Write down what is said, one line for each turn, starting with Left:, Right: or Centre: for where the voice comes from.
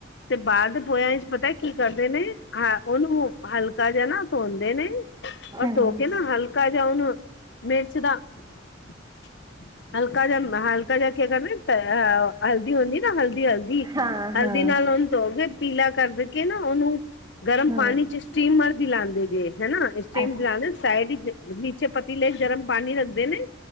Left: ਤੇ ਬਾਹਰ ਦੇ ਪੋਹੇਆਂ ਪਤਾ ਕੀ ਕਰਦੇ ਨੇ ਹਾਂ ਉਹਨੂੰ ਹਲਕਾ ਜਯਾ ਨਾ ਧੋਂਦੇ ਨੇ ਔਰ
Right: ਹਾਂ
Left: ਧੋ ਕੇ ਨਾ ਹਲਕਾ ਜਾਓ ਨਾ। ਮੇਚਦਾ, ਹਲ ਹਲਕਾ ਜਿ ਹਲਕਾ ਜਿਹਾ ਕੇ ਕਰਦੇ ਅ ਹਲਦੀ ਹੁੰਦੀ ਨਾ, ਹਲਦੀ ਹਲਦੀ,
Right: ਹਾਂ ਹਾਂ
Left: ਹਲਦੀ ਨਾਲ ਉਹਨੂੰ ਧੋਗੇ ਪੀਲਾ ਕਰ ਦੇ ਕੇ ਨਾ ਉਹਨੂੰ ਗਰਮ
Right: ਹੂੰ
Left: ਪਾਣੀ ਚ ਸਟੀਮਰ ਦੀਲਾੰਦੇ ਜੇ। ਹੈਨਾ ਇਸਟੀਮ
Right: ਅੱਛਾ
Left: ਲਗਾ ਦੇ ਸਾਈਡ ਚ ਨੀਚੇ ਪਤੀਲੈ ਗਰਮ ਪਾਣੀ ਰੱਖਦੇ ਨੇ